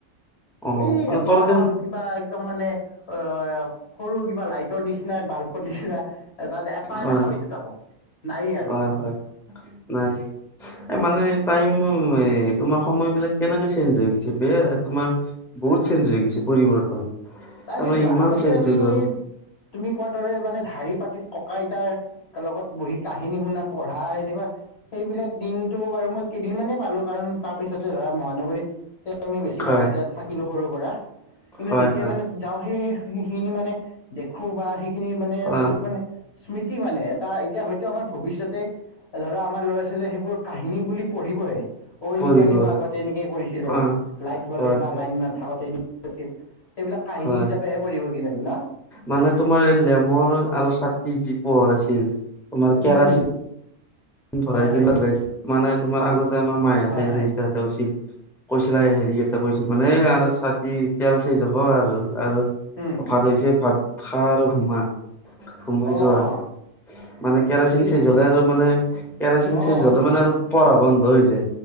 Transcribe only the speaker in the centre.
অ
মানে
তৰা দেখোন
হয়
হয় হয় নাই। এ মানে টাইম তোমাৰ সময় বিলাক কেনেকে চেঞ্জ হৈ গৈছে বেয়া তোমাৰ। বহুত চেঞ্জ হৈ গৈছে পৰিৱৰ্তন।
তাৰমানে ইমান
চেঞ্জ
হৈ গ'ল
হয়
হয়
হয়
অ
পৰিব
অ
হয়
হয়
মানে তোমাৰ এই লেমৰ আৰু চাকি যি পোহৰ আছিল তোমাৰ কেৰাচিন
ভৰাই
কি
লগাই মানে তোমাৰ আগতে আমাৰ মাহহঁতেতে
উছিল কৈছিলা হেৰি এটা কৈছিল মানে আৰু চাতি তেল চ যাব আৰু তাৰছ
ভাতছে ভাত খা আৰু সোমা সোমাই
যোৱা
মানে কেৰাচিন
চেজ হলে আৰু মানে কেৰাচিন
চেজ হলে মানে আৰু পঢ়া বন্ধ হৈ যায়